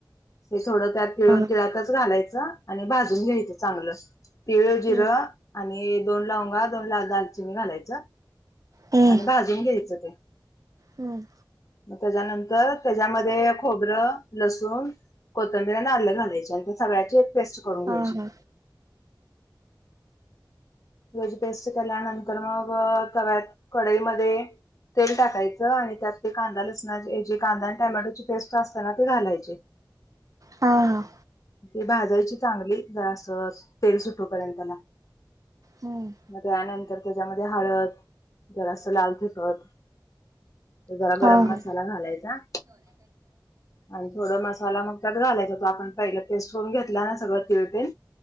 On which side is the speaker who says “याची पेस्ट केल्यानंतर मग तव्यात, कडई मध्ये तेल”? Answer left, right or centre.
Left